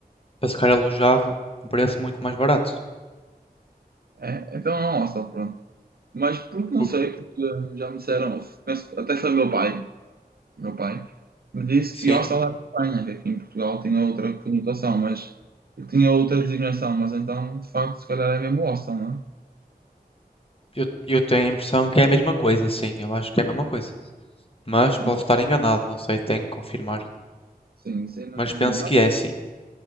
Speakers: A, on the left; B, on the right.
A: para ficar alojado, um preço muito mais barato.
B: É, então é um hostel, pronto. Mas porque não
A: O-
B: sei, porque eh, já me disseram, penso que até foi meu pai meu pai, me disse
A: Sim,
B: que hostel era em Espanha, que aqui em Portugal tinha outra conotação, mas tinha outra designação, mas então, de facto, se calhar é mesmo hostel, não é?
A: eu, eu tenho a impressão que é a mesma coisa, sim. Eu acho que é a mesma coisa. Mas
B: Sim,
A: posso estar enganado, não sei, tenho que confirmar.
B: sim, isso aí não,
A: Mas
B: não,
A: penso que é sim.